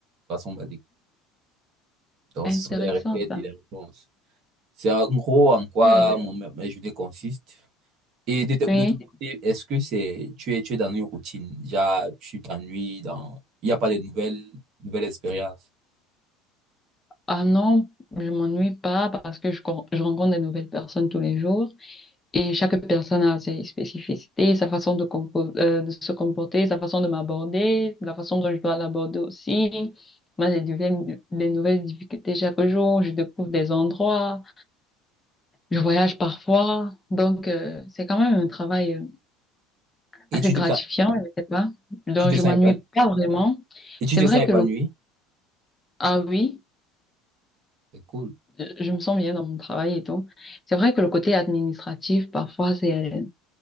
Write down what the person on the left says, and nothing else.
Intéressant,
ça.
Oui.
Oui.
Ah non, je m'ennuie pas parce que je, con- je rencontre des nouvelles personnes tous les jours. Et chaque personne a ses spécificités, sa façon de, compo- euh, de se comporter, sa façon de m'aborder, la façon dont je dois l'aborder aussi. Moi, j'ai des, des nouvelles difficultés chaque jour, je découvre des endroits, je voyage parfois. Donc, euh, c'est quand même un travail euh,
assez
gratifiant,
je sais pas. Donc,
je
m'ennuie
pas vraiment.
C'est
vrai
que le... Ah oui,
je me sens bien dans mon travail et tout. C'est vrai que le côté administratif, parfois, c'est